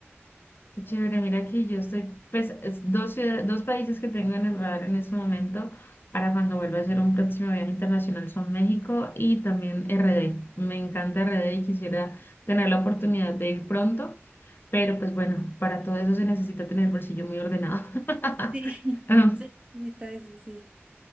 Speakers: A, on the left; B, on the right.
A: Qué Chévere, mira que yo estoy, pues, es dos ciudades, dos países que tengo en el radar en este momento para cuando vuelva a hacer un próximo viaje internacional son México y también RD. Me encanta RD y quisiera tener la oportunidad de ir pronto, pero pues bueno, para todo eso se necesita tener el bolsillo muy ordenado. <laughs>
B: Sí, <laughs> sí, necesita eso, sí.